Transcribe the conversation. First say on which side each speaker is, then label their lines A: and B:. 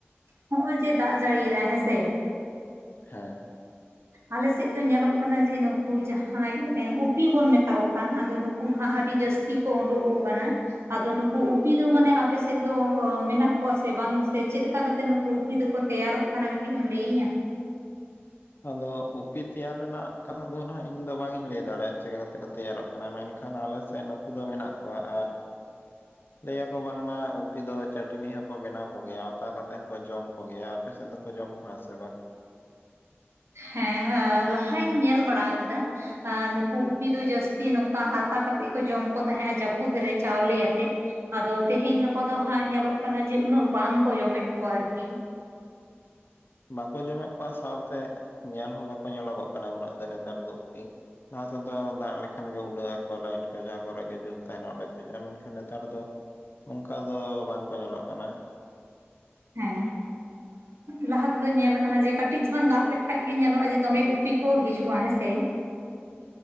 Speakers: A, on the right; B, on the left.
A: ᱦᱚᱜ ᱚᱭ ᱡᱮ ᱫᱟᱜ ᱡᱟᱹᱲᱤᱭ ᱫᱟᱭ ᱦᱮᱸᱥᱮ᱾
B: ᱦᱮ᱾
A: ᱟᱞᱮ ᱥᱮᱫ ᱫᱚ ᱧᱮᱞᱚᱜ ᱠᱟᱱᱟ ᱡᱮ ᱱᱩᱜ ᱠᱩ ᱡᱟᱦᱟᱸᱭ ᱩᱯᱤ ᱵᱚᱱ ᱢᱮᱛᱟ ᱠᱚ ᱠᱟᱱ ᱟᱫᱚ ᱱᱩ ᱠᱩᱦᱟᱜ ᱟᱹᱰᱤ ᱡᱟᱹᱥᱛᱤ ᱠᱚ ᱚᱰᱩᱠᱚᱜ ᱠᱟᱱᱟᱭ᱾ ᱟᱫᱚ ᱱᱩᱠᱩ ᱩᱯᱤ ᱫᱚ ᱢᱟᱱᱮ ᱟᱯᱮ ᱥᱮᱫ ᱫᱚ ᱚ ᱢᱮᱱᱟᱜ ᱠᱚᱣᱟ ᱥᱮ ᱵᱟᱝ ᱥᱮ ᱪᱮᱫ ᱞᱮᱠᱟᱛᱮᱜ ᱱᱩᱠᱩ ᱩᱯᱤ ᱫᱚᱠᱚ ᱛᱮᱭᱟᱨᱚᱜ ᱠᱟᱱᱟ ᱠᱟᱹᱴᱤᱡ ᱮᱢ ᱞᱟᱹᱭᱟᱹᱧᱟ᱾
B: ᱟᱫᱚ ᱩᱯᱤ ᱛᱮᱭᱟᱨ ᱨᱮᱱᱟᱜ ᱠᱟᱛᱷᱟ ᱫᱚ ᱱᱟᱜ ᱤᱧ ᱫᱚ ᱵᱟᱝᱤᱧ ᱞᱟᱹᱭ ᱫᱟᱲᱮᱭᱟᱜᱼᱟ ᱪᱮᱠᱟ ᱛᱮ ᱠᱚ ᱛᱮᱭᱟᱨᱚᱜ ᱢᱮᱱᱠᱷᱟᱱ ᱟᱞᱮᱥᱮᱫ ᱱᱩᱠᱩ ᱫᱚ ᱢᱮᱱᱟᱜ ᱠᱚᱣᱟ ᱟᱨ
A: <inaudible>
B: ᱞᱟᱹᱭᱟᱠᱚ ᱵᱟᱝᱢᱟ ᱩᱯᱤ ᱫᱚ ᱪᱟᱹᱴᱱᱤ ᱦᱚᱸᱠᱚ ᱵᱮᱱᱟᱣ ᱠᱚᱜᱮᱭᱟ ᱚᱛᱟ ᱠᱟᱛᱮ ᱦᱚᱠᱚ ᱡᱚᱢ ᱠᱚᱜᱮᱭᱟ ᱟᱯᱮ ᱥᱮᱫ ᱫᱚᱠᱚ ᱡᱚᱢ ᱵᱟ ᱥᱮ ᱵᱟᱝ?
A: ᱦᱮᱸᱻ ᱞᱟᱦᱟᱧ ᱧᱮᱞ ᱵᱟᱲᱟ ᱟᱠᱟᱫᱟ᱾ ᱟᱨ ᱱᱩᱠᱩ ᱩᱯᱤ ᱫᱚ ᱡᱟᱹᱥᱛᱤ ᱱᱚᱝᱠᱟ ᱦᱟᱛᱟ ᱠᱟᱛᱮᱜ ᱠᱚ ᱡᱚᱢ ᱠᱚ ᱛᱟᱦᱮᱸ‌ ᱡᱟᱹᱯᱩᱫ ᱨᱮ ᱪᱟᱣᱞᱮ ᱟᱛᱮᱜ᱾ ᱟᱫᱚ ᱛᱮᱦᱮᱧ ᱜᱟᱯᱟ ᱫᱚ ᱦᱟᱸᱜ ᱧᱮᱞᱚᱜ ᱠᱟᱱᱟ ᱡᱮ ᱩᱱᱟᱹᱜ ᱵᱟᱝ ᱠᱚ ᱡᱚᱢᱮᱫ ᱠᱚᱣᱟ ᱟᱨᱠᱤ᱾
B: ᱵᱟᱠᱚ ᱡᱚᱢᱮᱫ ᱠᱚᱣᱟ ᱥᱟᱶᱛᱮ ᱧᱮᱞ ᱦᱚᱸ ᱵᱟᱠᱚ ᱧᱮᱞᱚᱜᱚᱜ ᱠᱟᱱᱟ ᱩᱱᱟᱹᱜ ᱫᱚ ᱱᱮᱛᱟᱨ ᱫᱚ ᱩᱯᱤ᱾ ᱞᱟᱦᱟ ᱛᱮᱫᱚ ᱫᱟᱜ ᱞᱮᱠᱷᱟᱱ ᱜᱮ ᱩᱞᱟᱹᱜ ᱟᱠᱚ ᱞᱟᱭᱤᱴ ᱠᱚ ᱡᱟᱦᱟᱸ ᱠᱚᱨᱮ ᱜᱮ ᱡᱩᱞ ᱛᱟᱦᱮᱱᱟ ᱚᱸᱰᱮ ᱠᱚ ᱦᱤᱡᱩᱜᱼᱟ ᱢᱮᱱᱠᱷᱟᱱ ᱱᱮᱛᱟᱨ ᱫᱚ ᱚᱱᱠᱟ ᱫᱚ ᱵᱟᱝᱠᱚ ᱧᱮᱞᱚᱜ ᱠᱟᱱᱟ᱾
A: ᱦᱮᱸ᱾ ᱞᱟᱦᱟ ᱛᱮᱫᱚᱧ ᱧᱮᱞ ᱠᱟᱱᱟ ᱡᱮ ᱠᱟᱹᱴᱤᱡ ᱪᱟᱞᱟᱱ ᱫᱟᱜ ᱞᱮᱠᱷᱟᱡ ᱜᱮ ᱧᱮᱞᱚᱜᱼᱟ ᱡᱮ ᱫᱚᱢᱮ ᱩᱯᱤ ᱠᱚ ᱦᱤᱡᱩᱜᱼᱟ ᱦᱮᱸᱥᱮ᱾